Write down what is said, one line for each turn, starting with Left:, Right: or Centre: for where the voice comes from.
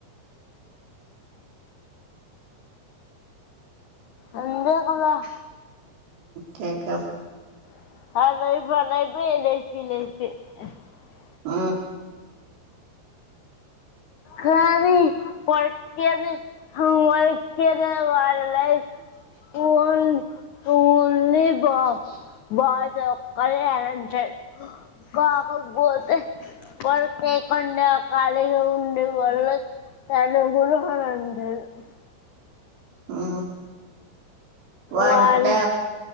Left: ఎంతకుందా <unintelligible>
Right: టేకప్
Left: <unintelligible>
Right: ఊ
Left: కానీ పర్కేది వరికద వాళ్ళ ై పూల్ పూల్ని బా బాధ ఒక్కాల అని అంటాారు కాకపోతే పని చెయ్యకుండా కాలిగా ఉండే వళ్ల తను గురుహనంట <unintelligible>
Right: ఊ వంట
Left: వాళ్ళు